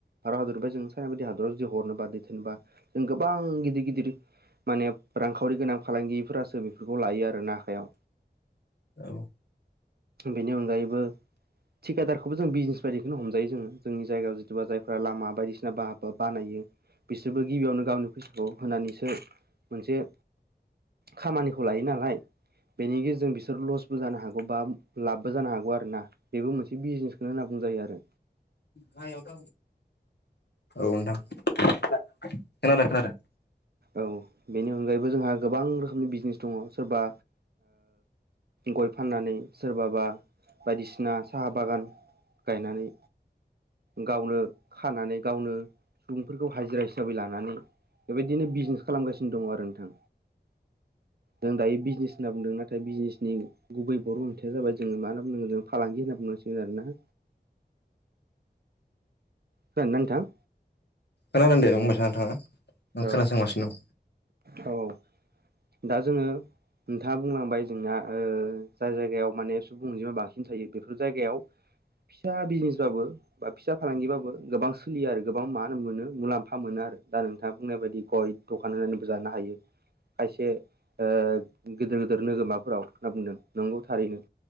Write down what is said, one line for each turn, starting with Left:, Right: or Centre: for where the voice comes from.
Right: हारा हादरबा जों साइना बायदि हादराव जुदि हरनोबा दैेननोबाों गोबां गिदिर गिदिर माने रांखावरि गोनां फालांगिफोरासो बेफोरखौ लायो आरो ना आखायाव
Left: औ
Right: बेनि अनगायैबो थिकादार बेखौबो जों बिजनेस बायदिखौनो हमजायो जोङो जोंनि जायगायाव जथुबबा जायफोरा लामा बायदिसिना बा बानायो बिसोरबो गिबियावनो गावनि फैसाखौ होनानैसो मोनसे खामानिखौ लायो नालाय बेनि गेजेरजों बिसोर लसबो जानो हागौ बा लाबबो जानो हागौ आरो ना। बेबो मोनसे बिजनेसखौनो होनना बुंजायो आरो
Left: ह एथ' औ नोंथां खोनादोन खोनादों
Right: औ बेनि अनगायैबो जोंहा गोबां रोखोमनि बिजनेस दङ सोरबा गय फाननानै सोरबाबा बायदिसिना साहा बागान गायनानै गावनो खानानै गावनो सुबुंफोरखौ हाजिरा हिसाबै लानानै बेबायदिनो बिजनेस खालामगासिनो दङ आरो नोंथां जों दायो बिजनेस होनना बुंदों नाथाय बिजनेसनि गुबै बर' ओंथायया जाबाय जो मा होनना बुंनांगोन जों फालांगि होनना बुंनांसिगोन आरोना खोनादों ना नोंथां?
Left: खोनादों दे बुंबाय थानो थाङा नों
Right: औ
Left: खोनासोंगासिनो दं।
Right: औ दा जोङो नोंथाङा बुंलांबाय जोंना ओ जाय जायगायाव माने सुबुं अनजिमा बांसिन खिनथायायो बेफोर जायगायाव फिसा बिजनेसबाबो बा फिसा फालांगिबाबो गोबां सोलियो आरो गोबां मा मोनो मुलाम्फा मोनो आरो दा नोंथाङा बुंनाय बायदि गय दखान होनानैबो जानो हायो। खायसे ओ गिदिर गिदिर नोगोमाफोराव होनना बुंदों नंगौ थारैनो